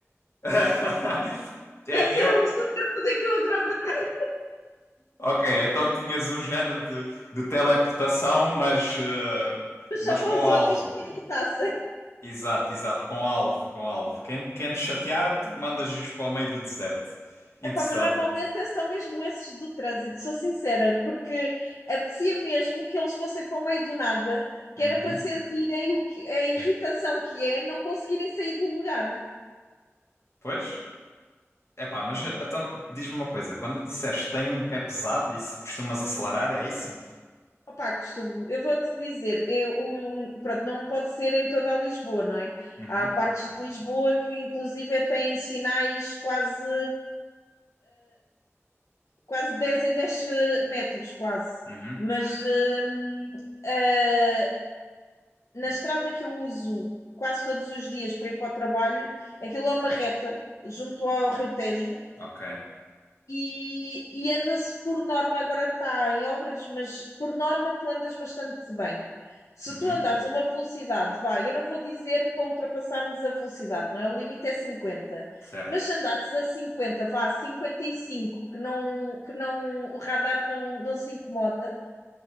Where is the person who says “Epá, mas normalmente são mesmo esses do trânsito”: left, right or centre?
Left